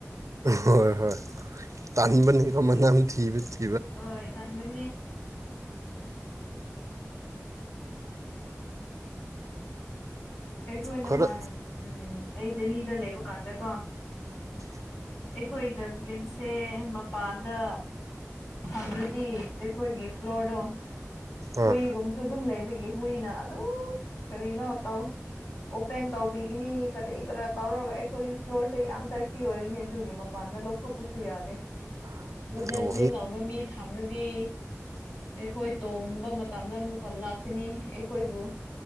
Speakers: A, on the right (about 80°); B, on the left (about 80°).
A: ꯍꯣꯏ ꯍꯣꯏ ꯇꯥꯟꯕꯅꯤꯀꯣ ꯃꯅꯝ ꯊꯤꯕꯗꯤ
B: ꯍꯣꯏ ꯇꯥꯟ ꯃ ꯑꯩꯈꯣꯏ
A: ꯈꯔ
B: ꯅꯍꯥꯟ ꯎꯝ ꯑꯩ ꯗꯦꯜꯂꯤꯗ ꯂꯩꯕ ꯀꯥꯟꯗꯀꯣ ꯑꯩꯈꯣꯏ ꯗꯁꯕꯤꯟꯁꯦ ꯃꯄꯥꯟꯗ ꯍꯕꯗꯤ ꯑꯩꯈꯣꯏꯒꯤ ꯐ꯭ꯂꯣꯔꯗꯣ ꯍꯨꯏꯒꯨꯝꯁꯨ
A: ꯑꯥ
B: ꯑꯗꯨꯝ ꯂꯩꯕꯒꯤ ꯍꯨꯏꯅ ꯑꯗꯨꯝ ꯀꯔꯤꯅꯣ ꯇꯧ ꯑꯣꯄꯦꯟ ꯇꯧꯕꯤꯒꯅꯤ ꯀꯔꯤ ꯀꯔꯥ ꯇꯧꯔꯒ ꯑꯩꯈꯣꯏꯒꯤ ꯐ꯭ꯂꯣꯔꯁꯦ ꯌꯥꯝ ꯗꯔꯇꯤ ꯑꯣꯏꯒꯅꯤ ꯑꯗꯨꯒꯤ ꯃꯄꯥꯟꯗ ꯂꯧꯊꯣꯛꯄꯁꯨ ꯌꯥꯗꯦ ꯅ ꯗꯁꯕꯤꯟ
A: ꯑꯣ
B: ꯂꯥꯛ ꯑꯃ ꯃꯤ ꯊꯥꯂꯗꯤ ꯑꯩꯈꯣꯏ ꯇꯣꯝꯕ ꯃꯇꯝꯗ ꯑꯃꯨꯛ ꯀꯣꯟ ꯂꯥꯛꯀꯅꯤ ꯑꯩꯈꯣꯏꯕꯨ